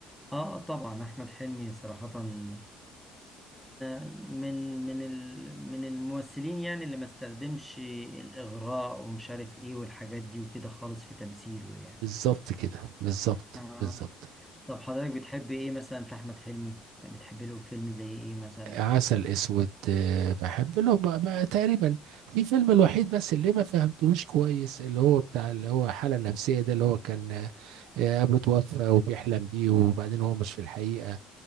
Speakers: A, in the centre; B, on the right.
A: اه طبعا احمد حلمي صراحة من من من ال- من الممثلين يعني اللي ما استخدمش الاغراء ومش عارف ايه والحاجات دي وكده خالص في تمثيله يعني
B: بالظبط كده بالظبط
A: آه.
B: بالظبط
A: طب حضرتك بتحب ايه مثلا في احمد حلمي يعني بتحب له فيلم زي ايه مثلا
B: عسل اسود آه، بحب له ما ما- تقريبا في فيلم الوحيد بس اللي ما فهمتهوش كويس اللي هو بتاع اللي هو الحالة النفسية ده اللي هو كان آه، ابوه توفى وبيحلم بيه وبعدين هو مش في الحقيقة